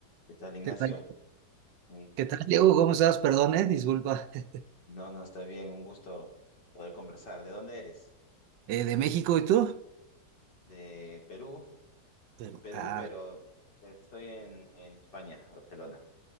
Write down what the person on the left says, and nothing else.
¿Qué tal, Ignacio?
Un-
No, no, está bien, un gusto poder conversar. ¿De dónde eres?
De Perú,
Perú,
pero pues, estoy en, en España, Barcelona.